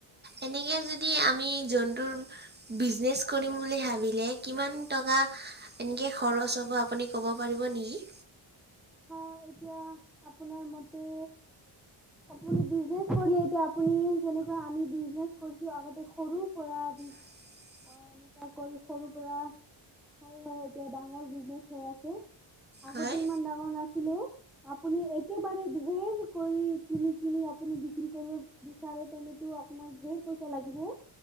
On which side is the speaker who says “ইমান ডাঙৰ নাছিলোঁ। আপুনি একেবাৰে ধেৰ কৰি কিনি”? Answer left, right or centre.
Centre